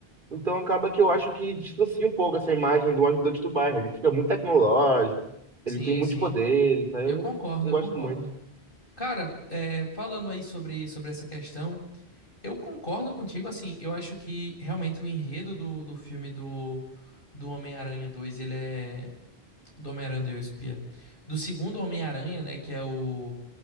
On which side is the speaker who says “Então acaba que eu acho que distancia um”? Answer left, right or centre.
Right